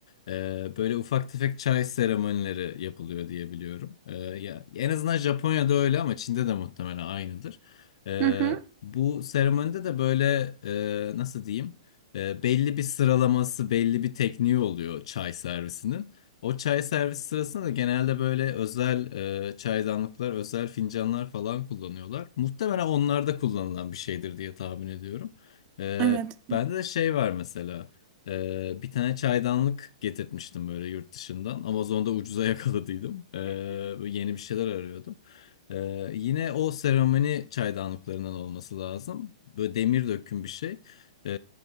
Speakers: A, on the left; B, on the right.
A: E, böyle ufak tefek çay seremonileri yapılıyor diye biliyorum. E, ya en azından Japonya'da öyle ama Çin'de de muhtemelen aynıdır. Ee,
B: Hı hı.
A: bu seremonide de böyle e, nasıl diyeyim? E, belli bir sıralaması, belli bir tekniği oluyor çay servisinin. O çay servisi sırasında da genelde böyle özel e, çaydanlıklar, özel fincanlar falan kullanıyorlar. Muhtemelen onlarda kullanılan bir şeydir diye tahmin ediyorum. Ee,
B: Evet.
A: bende de şey var mesela. Ee, bir tane çaydanlık getirtmiştim böyle yurt dışından. Amazon'da ucuza yakaladıydım. Ee, böyle yeni bir şeyler arıyordum. Ee, yine o seramani çaydanlıklarından olması lazım. Böyle demir döküm bir şey. Ee,